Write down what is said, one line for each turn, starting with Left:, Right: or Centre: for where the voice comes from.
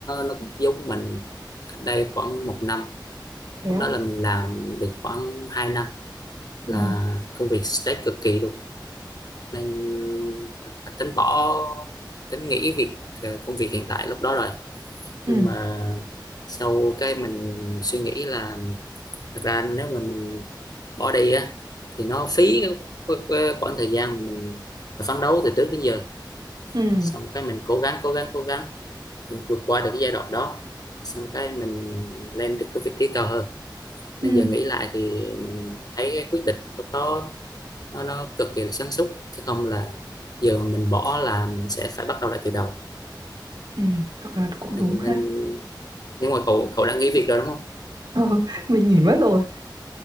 Left: nó cũng giống mình cách đây khoảng một năm
Right: thế
Left: lúc
Right: á
Left: đó là mình làm được khoảng hai năm
Right: ừ
Left: là công việc stress cực kỳ luôn nên mình tính bỏ tính nghỉ việc ờ, công việc hiện tại lúc đó rồi
Right: ừ
Left: nhưng mà sau cái mình suy nghĩ là thực ra nếu mình bỏ đi á thì nó phí cái, cái, cái khoảng thời gian mình phấn đấu từ trước đến giờ
Right: ừ
Left: xong cái mình cố gắng cố gắng cố gắng mình vượt qua được cái giai đoạn đó xong cái mình lên được cái vị trí cao hơn nên
Right: ừ
Left: giờ nghĩ lại thì mình thấy cái quyết định lúc đó nó, nó cực kỳ là sáng suốt chứ không là giờ mà mình bỏ là mình sẽ phải bắt đầu lại từ đầu
Right: ừ cậu nói cũng
Left: nên,
Right: đúng ha
Left: nên nhưng mà cậu cậu đã nghỉ việc rồi đúng không
Right: <laughs> Ừ, mình nghỉ mất rồi.